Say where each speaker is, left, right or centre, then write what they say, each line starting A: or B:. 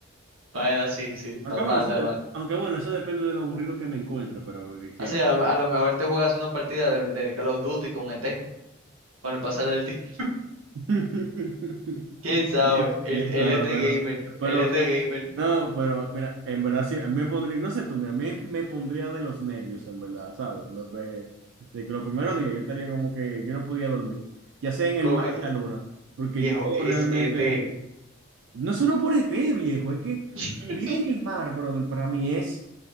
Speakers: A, on the right; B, on the right.
A: Bueno, sí, sí,
B: Aunque
A: normal,
B: bueno, eso
A: normal.
B: de- aunque bueno, eso depende de lo aburrido que me encuentre, pero eh, que-
A: Así a lo, a lo mejor te juegas una partida del, del Call of Duty con E T con el pasar del tiempo.
B: <laughs>
A: <laughs> ¿Quién sabe?
B: Yes,
A: El,
B: yes,
A: el
B: ah,
A: E T
B: pero,
A: Gamer,
B: pero
A: el E T
B: eh,
A: Gamer,
B: no, pero mira, en verdad sí, a mí me pondría, no sé tú, mira, a mí me pondría de los nervios, en verdad, ¿sabes? Me- me- de que los primeros días yo estaría como que yo no podía dormir, ya sea en el
A: con...
B: mar
A: eh,
B: o en la luna, porque
A: viejo,
B: yo
A: es
B: realmente,
A: E T
B: no solo por ET, viejo, es que
A: <laughs>
B: vivir en el mar, brother, para mí es,